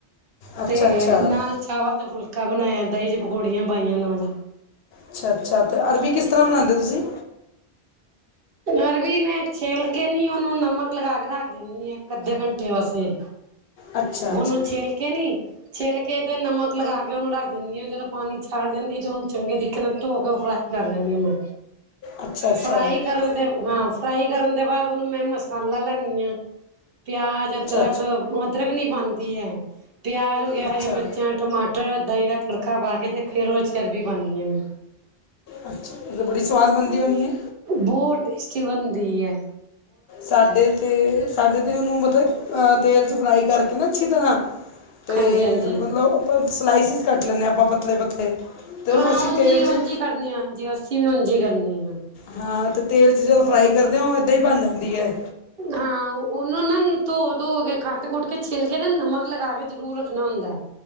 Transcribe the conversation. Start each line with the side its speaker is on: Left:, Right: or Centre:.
Left: ਅੱਛਾ
Right: ਤੇ
Left: ਅੱਛਾ
Right: ਨਾਲ ਚਾਵਲ ਦਾ ਫੁਲਕਾ ਬਣਾਇਆ ਦਹੀਂ ਚ ਪਕੌੜੀਆਂ ਪਾਈਆਂ ਨਾਲ
Left: ਅੱਛਾ- ਅੱਛਾ ਤੇ ਅਰਬੀ ਕਿਸ ਤਰ੍ਹਾਂ ਬਣਾਦੇ ਓ ਤੁਸੀਂ?
Right: ਅਰਬੀ ਮੈਂ ਛਿਲ ਕੇ ਨੀ ਉਹਨੂੰ ਨਮਕ ਲਗਾ ਕੇ ਰੱਖ ਦਿੰਦੀ ਆ ਇੱਕ-ਅੱਧੇ ਘੰਟੇ ਵਾਸੇ
Left: ਅੱਛਾ
Right: ਉਹਨੂੰ
Left: ਅੱਛਾ
Right: ਛਿੱਲ ਕੇ ਨੀ ਛਿੱਲ ਕੇ ਤੇ ਨਮਕ ਲਗਾ ਕੇ ਉਹਨੂੰ ਰੱਖ ਦਿੰਦੀ ਆਂ, ਜਦੋਂ ਪਾਣੀ ਛੱਡ ਜਾਂਦੀ ਤੇ ਉਹ ਨੂੰ ਚੰਗੇ ਤਰੀਕੇ ਨਾਲ ਧੋ ਕੇ ਉਹ ਫਰਾਈ ਕਰ ਲੈਂਣੀ ਆ ਮੈਂ,
Left: ਅੱਛਾ ਅੱਛਾ ਅੱਛਾ
Right: ਫਰਾਈ ਕਰਨ ਦੇ ਹਾਂ, ਫਰਾਈ ਕਰਨ ਦੇ ਬਾਅਦ ਉਹਨੂੰ ਮੈਂ ਮਸਾਲਾ ਲਾਂਦੀ ਆ। ਪਿਆਜ, ਅਦਰਕ-
Left: ਅੱਛਾ
Right: ਅਦਰਕ ਨੀ ਪਾਦੀ ਅਅ ਪਿਆਜ ਹੋ ਗਿਆ
Left: ਅੱਛਾ
Right: ਹਰੀਆਂ ਮਿਰਚਾਂ, ਟਮਾਟਰ ਦਹੀਂ ਦਾ ਤੜਕਾ ਪਾ ਕੇ ਤੇ ਫੇਰ ਉਹ ਚ ਅਰਬੀ ਪਾਣੀ ਆ ਮੈਂ
Left: ਅੱਛ। ਬੜੀ ਸਵਾਦ ਬਣਦੀ ਹੋਣੀ ਏ।
Right: ਬੋਤ ਟੇਸਟੀ ਬਣਦੀ ਐ।
Left: ਸਾਡੇ ਤੇ ਸਾਡੇ ਤਾਂ ਉਹਨੂੰ ਮਤਲਬ ਤੇਲ 'ਚ ਫਰਾਈ ਕਰਕੇ ਨਾ ਅੱਛੀ ਤਰ੍ਹਾਂ ਤੇ
Right: ਹਾਂਜੀ ਹਾਂਜੀ
Left: ਮਤਲਬ ਤੇ ਸਲਾਈਸਿਸ ਕੱਟ ਲੈਂਦੇ ਆ ਆਪਾਂ ਪਤਲੇ -ਪਤਲੇ ਤੇ ਉਹਨੂੰ
Right: ਹਾਂ
Left: ਅਸੀਂ
Right: ਉਂਝ
Left: ਤੇਲ
Right: ਜੀ-
Left: 'ਚ
Right: ਉਝ ਜੀ ਕਰਨੇ ਆ ਹਾਂਜੀ ਅਸੀ ਵੀ ਉਝ ਜੀ ਕਰਨੇ ਆ ਫੇਰ
Left: ਹਾਂ ਤੇਲ 'ਚ ਜਦੋਂ ਫਰਾਈ ਕਰਦੇ ਹੋ ਉਹ ਇੱਦਾਂ ਹੀ ਬਣ ਜਾਂਦੀ ਅਅ।
Right: ਹਾਂ ਉਹਨੂੰ ਨਾ ਧੋ- ਧੋ ਕੇ ਕੱਟ-ਕੁੱਟ ਕੇ ਛਿਲ ਕੇ ਨਾ ਨਮਕ ਲਗਾ ਕੇ ਜ਼ਰੂਰ ਰੱਖਣਾ ਹੁੰਦਾ ਐ।